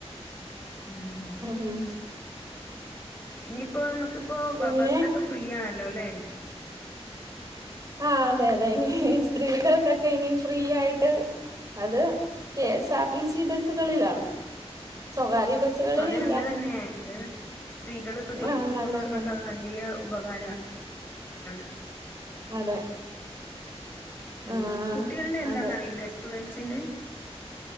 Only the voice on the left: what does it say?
ഉം,
ഇനിയിപ്പോ നമുക്കിപ്പോ
ബസ് ഒക്കെ. ഫ്രീ ആണല്ലോ അല്ലേ.
അത് നല്ലത് തന്നെ അത് സ്ത്രീകൾ ഇപ്പൊ ജോലിക്ക്
പോകുന്നവർക്കൊക്കെ
അത് നല്ല. വലിയ ഉപകാരം ആണ്
ഉം
കുട്ടികള്ടെ എന്താന്ന്
അറിയില്ല സ്റ്റുഡന്റ്സിന്റെ